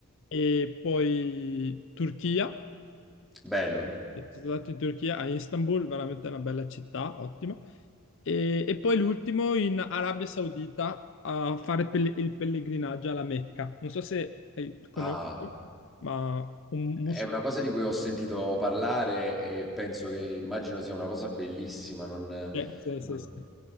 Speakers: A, on the left (about 60°); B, in the centre.
A: e poi Turchia
B: Bello.
A: Sono stato in Turchia, a Istanbul, veramente una bella città, ottima. E, e poi l'ultimo in Arabia Saudita a fare pelle- il pellegrinaggio alla Mecca. Non so se eh, conosci,
B: Ah.
A: ma un musulmano...
B: È una cosa di cui ho sentito parlare e penso che immagino sia una cosa bellissima, non,
A: eh, sì,
B: non-
A: sì, sì.